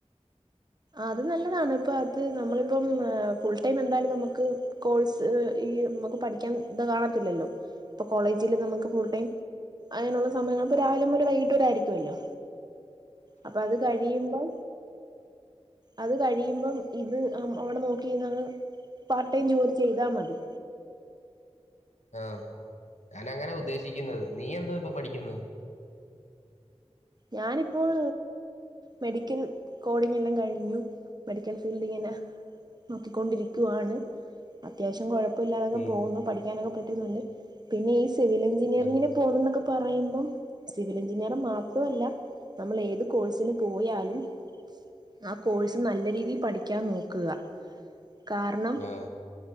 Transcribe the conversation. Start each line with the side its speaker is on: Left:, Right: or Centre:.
Right: അത് നല്ലതാണ് ഇപ്പ അത് നമ്മളിപ്പം ഫുൾ ടൈം എന്തായാലും നമുക്ക് കോഴ്സ് ഈ നമുക്ക് പഠിക്കാൻ ഇത് കാണത്തില്ലല്ലോ ഇപ്പൊ കോളേജിൽ നമുക്ക് ഫുൾ ടൈം അങ്ങനുള്ള സമയങ്ങളി രാവിലെ മുതൽ വൈകിട്ട് വരായിരിക്കും തുവല്ലോ അപ്പ അത് കഴിയുമ്പോൾ അത് കഴിയുമ്പം ഇത് അവിടെ നോക്കി പാർട്ട് ടൈം ജോലി ചെയ്താ മതി
Left: ആ ഞാന അങ്ങനെ ഉദ്ദേശിക്കുന്നത് നീ എന്താ ഇപ്പൊ പഠിക്കുന്ന
Right: ഞാനിപ്പോൾ മെഡിക്കൽ കോഡിങ്ല്ലാം കഴിഞ്ഞു മെഡിക്കൽ ഫീൽഡ് ഇങ്ങനെ നോക്കിക്കൊണ്ടിരിക്കുവയാണ് അത്യാവശ്യം കുഴപ്പ കുഴപ്പല്ലാതക്കെ
Left: ഉം
Right: പോകുന്നു പഠിക്കാനൊക്കെ കണ്ട് പിന്നെ ഈ സിവിൽ എഞ്ചിനിയറിങ്ന്
Left: ആഹ്
Right: പോണം എന്നക്കെ പറയുമ്പം സിവിൽ എഞ്ചിനീയർ മാത്രം മാത്രല്ല നമ്മൾ ഏത് കോഴ്സിന് പോയാലും ആ കോഴ്സ് നല്ല രീതിയിൽ പഠിക്കാൻ നോക്കുക കാരണം
Left: ആഹ്